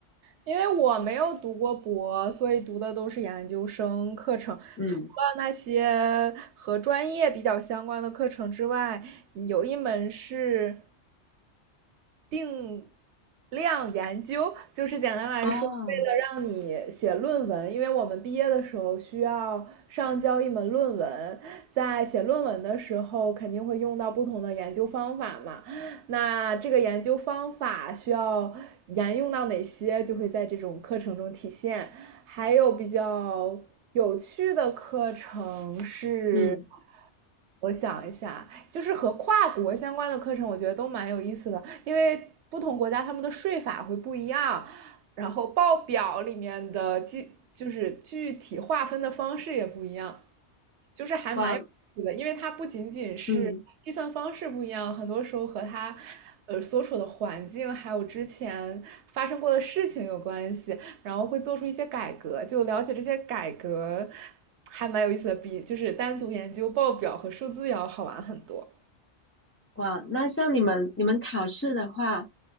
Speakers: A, on the right; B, on the left.
A: 因为我没有读过博，所以读的都是研究生课程。
B: 嗯，
A: 除了那些和专业比较相关的课程之外，有一门是定量研究，就是简单来说，
B: 哦，
A: 为了让你写论文，因为我们毕业的时候需要上交一门论文，在写论文的时候肯定会用到不同的研究方法嘛。那这个研究方法需要沿用到哪些，就会在这种课程中体现。还有比较有趣的课程是，
B: 嗯，
A: 我想一下，就是和跨国相关的课程，我觉得都蛮有意思的，因为不同国家他们的税法会不一样，然后报表里面的具就是具体划分的方式也不一样。就是还蛮有意思的，
B: 哇，
A: 因为它不仅仅是计算方式不一样，
B: 嗯
A: 很多时候和它呃所处的环境还有之前发生过的事情有关系，然后会做出一些改革，就了解这些改革还蛮有意思的，比就是单独研究报表和数字要好玩很多。
B: 哇，那像你们你们考试的话，